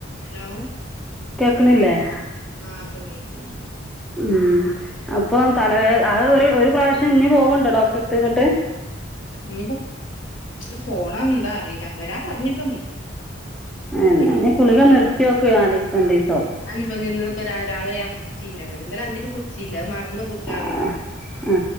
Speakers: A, on the left; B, in the centre.
A: ഹലോ
B: കേക്ണില്ലേയ്.
A: ആ ഇപ്പൊ കേൾക്കുന്നുണ്ട്.
B: ഉം അപ്പം തലവേദന ആഹ് ഒരു ഒരു പ്രാവശ്യം ഇഞ്ഞി പോവ്ണ്ടോ ഡോക്ടർടുത്ത് ഇങ്ങട്ട്.
A: ഇനിയിപ്പോ ഇനി പോണം. എന്താ അറിയില്ല വരാ പറഞ്ഞിട്ടൊന്നുമില്ല. ഇനിപ്പം
B: എന്നാ ഇനി ഗുളിക
A: നോക്കട്ടെ
B: നിർത്തിയോക്ക് നാലീസം രണ്ടീസം
A: ഞാനിപ്പംഞ്ഞന്ന്. രാവിലെയ ആ കുച്ചില്ലെ <unintelligible> ഇന്നലെ അന്തിക്ക് കുടിച്ചില്ല. അത് മറന്ന് കുടിച്ചതെ
B: ആ
A: നിന്നതാ
B: ആ